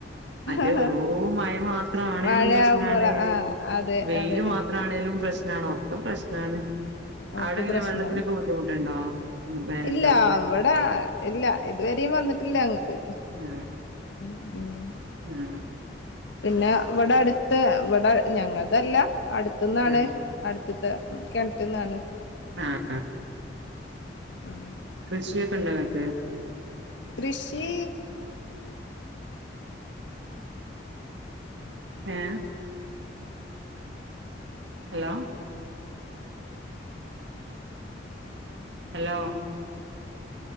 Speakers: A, on the right; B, on the left.
A: മറ്റേ
B: ആഹ്
A: വെറൂം മഴ മാത്ര ആണേലും
B: മഴയാവുമ്പോൾ
A: പ്രശ്നാണ്,
B: ആ അതെ
A: വെയില്
B: അതെ
A: മാത്ര ആ ആണേലും പ്രശ്നാണ് ഒക്കെ പ്രശ്നാണ്.
B: ഓക്കെ
A: അവിടെ എങ്ങനെ
B: പ്രശ്നാണ്.
A: വെള്ളത്തിനൊക്കെ ബുദ്ധിമുട്ടുണ്ടോ വേനൽക്കാലത്ത്
B: ഇല്ലാ അവിടെ ഇല്ല ഇത്വരെ വിടിം വന്നിട്ടില്ലങ്ങക്ക്.
A: ഏഹ്
B: ഉം
A: ആഹ
B: പിന്നെ ഇവിടടുത്ത് ഇവിടെ ഞങ്ങൾതല്ല, അടുത്ത്ന്നാണ്
A: ആഹ്
B: അടുത്ത്ത്തെ കെൻറ്റ്ന്നാണ്.
A: ആഹ്
B: ഉം
A: കൃഷിയൊക്കെണ്ടങ്ങക്ക്?
B: കൃഷീ
A: ഏഹ് hello hello